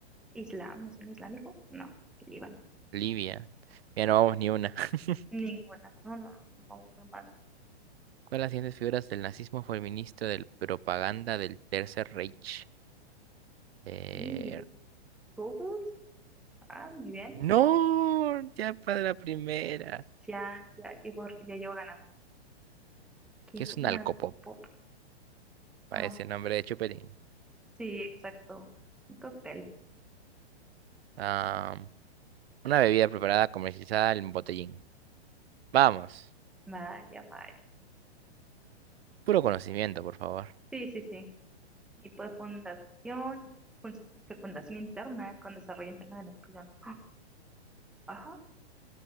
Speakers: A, in the centre; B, on the right.
A: Islam, ¿No ¿es un islámico? No, Líbano.
B: Libia. Ya no vamos ni una. <laughs>
A: Ninguna. No, no, vamos muy mal.
B: ¿Cuál de las siguientes figuras del nazismo fue el ministro de propaganda del Tercer Reich? Eh,
A: Y Google, ah, muy bien.
B: No, ya para la primera.
A: Ya, ya llevo, ya llevo ganando. ¿Qué
B: ¿Qué
A: es
B: es
A: una
B: un alcopop?
A: pop?
B: Para
A: Ah,
B: ese nombre de chupetín.
A: sí, exacto. Un cóctel.
B: Ah, una bebida preparada comercializada en botellín. Vamos.
A: Vaya, vaya.
B: Puro conocimiento, por favor.
A: Sí, sí, sí. Y pues fundación, fun- fecundación interna con desarrollo interno del embrión. Ah,